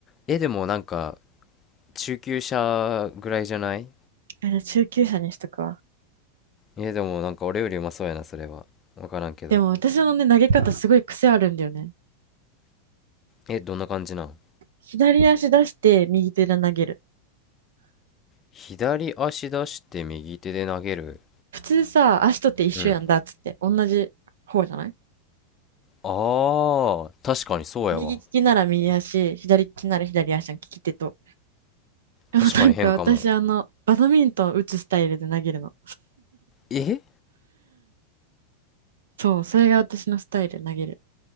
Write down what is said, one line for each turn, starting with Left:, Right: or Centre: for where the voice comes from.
Left: え、でもなんか、中級者ぐらいじゃない
Right: あの中級者にしとくわ。
Left: え、でもなんか俺よりうまそうやな、それは。わからんけど。
Right: でも私のね、投げ方すごい癖あるんだよね。
Left: え、どんな感じなん
Right: 左足出して右手で投げる。
Left: 左足出して右手で投げる。
Right: 普通さ、足とって一緒やんだっつって、
Left: うん。
Right: 同じ方じゃない
Left: ああ、確かにそうやわ。
Right: 右利きなら右足、左利きなら左足の利き手と。でもなんか私、
Left: 確かに変かも。
Right: あの、バドミントン打つスタイルで投げるの。
Left: え
Right: そう、それが私のスタイル投げる。